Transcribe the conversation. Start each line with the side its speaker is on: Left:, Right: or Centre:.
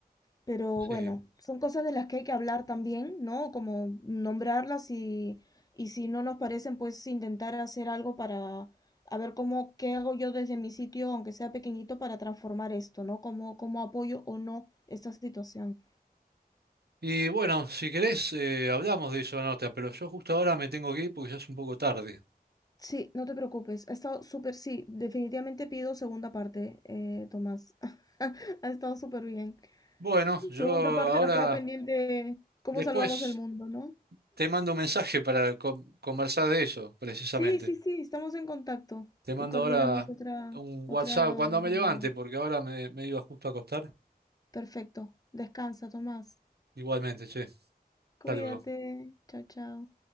Left: Pero bueno,
Right: Sí.
Left: son cosas de las que hay que hablar también, ¿no? Como nombrarlas y, y si no nos parecen, pues intentar hacer algo para a ver cómo, qué hago yo desde mi sitio, aunque sea pequeñito, para transformar esto, ¿no? Cómo, cómo apoyo o no esta situación.
Right: Y bueno, si querés, eh, hablamos de eso, en otra pero yo justo ahora me tengo que ir porque ya es un poco tarde.
Left: Sí, no te preocupes. Ha estado súper, sí, definitivamente pido segunda parte, eh, Tomás. <laughs> ha estado súper bien.
Right: Bueno, yo
Left: Segunda parte
Right: ahora,
Left: nos queda pendiente cómo
Right: después...
Left: salvamos el mundo, ¿no?
Right: Te mando un mensaje para con- conversar de eso, precisamente.
Left: Sí, sí, sí, estamos en contacto
Right: Te mando
Left: y coordinamos
Right: ahora
Left: otra,
Right: un
Left: otra
Right: WhatsApp cuando me
Left: llamada.
Right: levante, porque ahora me, me iba justo a acostar.
Left: Perfecto. Descansa, Tomás.
Right: Igualmente, che. Hasta
Left: Cuídate.
Right: luego.
Left: Chao, chao.